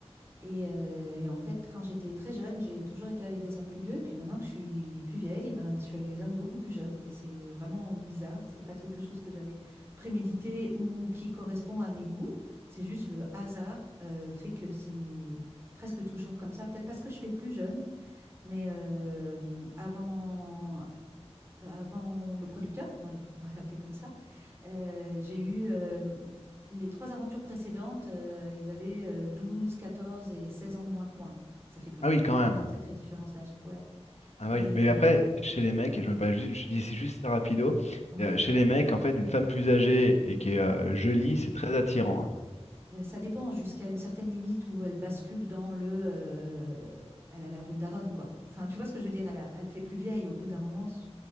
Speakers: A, on the right (about 25°); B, on the left (about 85°).
A: et, euh, et en fait, quand j'étais très jeune, j'ai toujours été avec des hommes plus vieux, et puis maintenant que je suis plus vieille, eh ben, je suis avec des hommes beaucoup plus jeunes. Et c'est vraiment bizarre, c'était pas quelque chose que j'avais prémédité ou qui correspond à mes goûts, c'est juste le hasard euh, fait que c'est presque toujours comme ça. Peut-être parce que je fais plus jeune. Mais euh, avant, avant le producteur, on va l'appeler comme ça, euh, j'ai eu euh, les trois aventures précédentes, euh, ils avaient euh, 12, 14 et 16 ans de moins que moi. Ça fait quand même
B: Ah oui, quand
A: une
B: même.
A: sacrée différence d'âge. Ouais.
B: Ah bah
A: Et
B: oui, mais
A: euh,
B: après, chez les mecs, je me parlais juste, je dis c'est juste ça rapido,
A: ouais,
B: euh, chez les mecs, en fait, une femme plus âgée et qui est euh, jolie, c'est très attirant. hein.
A: ben, ça dépend jusqu'à une certaine limite où elle bascule dans le euh, elle a l'air d'une daronne, quoi. Enfin, tu vois ce que je veux dire, elle a- elle fait plus vieille au bout d'un moment. Je